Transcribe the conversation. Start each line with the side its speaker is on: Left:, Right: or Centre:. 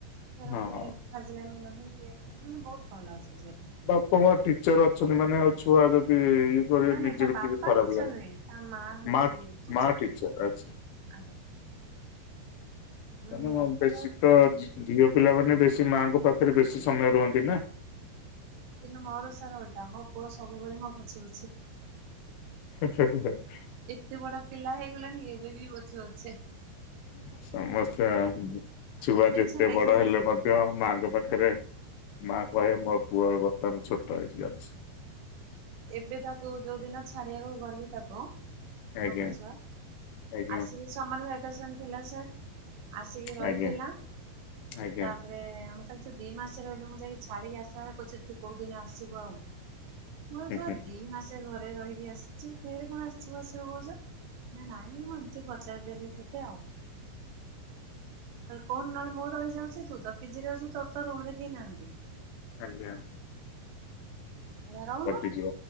Right: ତାର
Left: ହଁ
Right: ମାନେ ଖାଜିଲାମ୍ ନାହିଁ ଇଏ ନାହିଁ ମାନେ ବହୁତ୍ ଭଲ ସେଝିଅଟି।
Left: ହଁ ମା ଟିଚର୍ ଅଛନ୍ତି ମାନେ ଆଉ ଛୁଆ ଯଦି କରିବେ
Right: ନାଇ ନାଇଁ
Left: ନିଜକୁ
Right: ତା ବାପା
Left: ଟିକେ ଖରାପ
Right: ଟିଚର
Left: ଲାଗେ
Right: ନୁହେଁ ତାମା ହଉଚି
Left: ମା
Right: ଟିଚର
Left: ମା ଆଚ୍ଛା।
Right: ଆଜ୍ଞା। ମାନେ
Left: ତମ ବେଶୀତ
Right: ପାଗ
Left: ଝିଅ ପିଲା ମାନେ ବେଶୀ ମାଆଙ୍କ ପାଖରେ ବେଶୀ ସମୟ ରୁହନ୍ତିନା?
Right: କିନ୍ତୁ ମୋର ସାର୍ ଓଲଟା ମୋ ପୁଅ ସବୁବେଳେ ମୋ ପଛେ ପଛେ।
Left: <unintelligible>
Right: ଏତେ ବଡ଼ ପିଲା ହେଇଗଲେଣି ଏବେବି ପଛେ ପଛେ।
Left: ସମସ୍ତେ ଛୁଆ
Right: ଏବେ
Left: ଯେତେ
Right: ଛାଡିକି
Left: ବଡ଼ ହେଲେ ମ ଧ୍ୟ ମାଆଙ୍କ ପାଖରେ ମାକହେ ମୋପୁଅ ବର୍ତ୍ତମାନେ ଛୋଟ ହେଇକି ଅଛି‌
Right: ଏବେତାକୁ ଯୋଉଦିନ ଛାଡ଼ିବାକୁ ଗଲି ତାକୁ
Left: ଆଜ୍ଞା
Right: ଭୁବନେଶ୍ଵର
Left: ଆଜ୍ଞା
Right: ଆସିକି ସମାର ଭ୍ୟାକେସନ ଥିଲା ସାର୍ ଆସିକି ରହିଥିଲା
Left: ଆଜ୍ଞା ଆଜ୍ଞା
Right: ତାପରେ କାଲି ତୁ ଦି ମାସ ରହିଲୁ ମୁଁ ଯାଇକି ଛାଡ଼ିକି ଆସିବ କୁ ତୁ କୋଉଦିନ ଆସିବୁ ଆଉ। ମୋ
Left: ଆଜ୍ଞା
Right: ତୁ ପା ଦି ମାସେ ଘରେ ରହିକି ଆସିଛୁ ଫେରେ କଣ ଆସିିବୁ ଆସିବୁ କହୁଛ। ନା ନାଇଁ ମୁଁ ଏମିତି ପଚାରିଦେଲି ତତେ ଆଉ। ଭ କହ ନହେଲେ ମୁଁ ରହିଯାଉଛି ତୁ ତ ପିଜିରେଛୁ ତୋର ତ ରୁମ ରେ କେହି ନାହାନ୍ତି।
Left: ଆଜ୍ଞା।
Right: <unintelligible> ରହୁନୁ।
Left: କଟିଯିବ